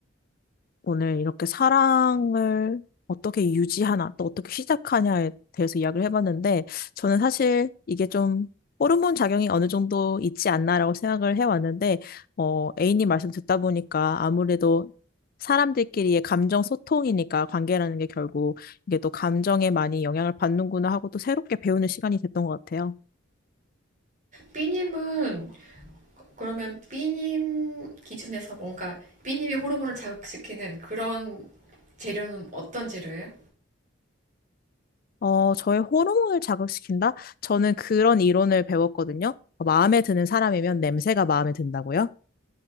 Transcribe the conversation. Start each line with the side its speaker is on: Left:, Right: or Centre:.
Left: 오늘 이렇게 사랑을 어떻게 유지하나, 또 어떻게 시작하냐에 대해서 이야기를 해봤는데, 저는 사실 이게 좀 호르몬 작용이 어느 정도 있지 않나라고 생각을 해왔는데, 어, A님 말씀 듣다 보니까 아무래도 사람들끼리의 감정 소통이니까 관계라는 게 결국 이게 또 감정에 많이 영향을 받는구나 하고 또 새롭게 배우는 시간이 됐던 것 같아요.
Right: 삐님은 그러면 B님 기준에서 뭔가 B님이 호르몬을 자극시키는 그런 재료는 어떤 재료예요?
Left: 어, 저의 호르몬을 자극시킨다? 저는 그런 이론을 배웠거든요. 어, 마음에 드는 사람이면 냄새가 마음에 든다고요?